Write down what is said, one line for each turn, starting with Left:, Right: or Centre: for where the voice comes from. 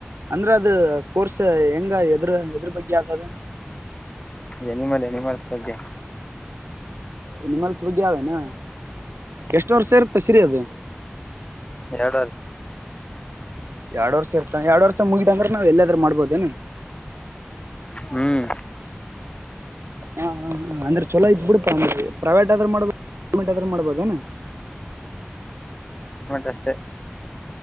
Right: ಅಂದ್ರೆ ಅದ ಕೋರ್ಸ್ ಹೆಂಗ ಎದ್ರ ಎದ್ರ ಬಗ್ಗೆ ಯ್ದದ
Left: ಎನಿಮಲ್ ಎನಿಮಲ್ಸ್ ಬಗ್ಗೆ
Right: ಎನಿಮ್ಮಲ್ಸ ಬಗ್ಗೆ ಯದೆನಾ ಎಷ್ಟು ವರ್ಷ ಇರುತ್ತ ಸಿರಿಯ ಅದು
Left: ಎರಡ ವರ್ಷ
Right: ಎರಡ್ ವರ್ ಇರ್ತ ಎಡು ವರ್ಷ ಮುಗಿದ ಅಂದ್ರ ನಾವು ಎಲ್ಲಾದ್ ಮಾಡ್ಬೋ ಏನು
Left: ಹ್ಮ್
Right: ಹ ಹ ಅಂದ್ರೆ ಚಲೋ ಆಯ್ತು ಬಿಡಪ್ಪ ಪ್ರೈವೇಟ್ ಆದ್ರೂ ಮಾಡ್ಬೋದು ಗೌರ್ಮೆಂಟ್ ಆದ್ರೂ ಮಾಡ್ಬೋದ ಏನ
Left: ರಸ್ತೆ